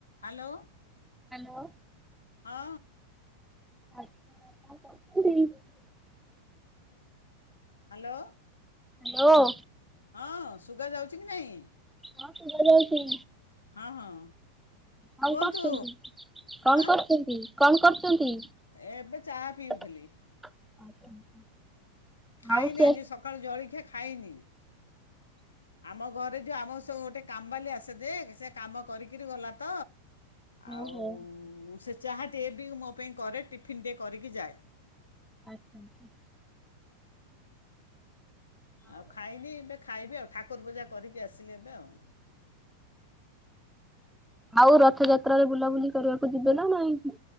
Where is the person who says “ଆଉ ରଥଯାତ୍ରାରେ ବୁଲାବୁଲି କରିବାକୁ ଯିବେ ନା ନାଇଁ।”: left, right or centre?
Centre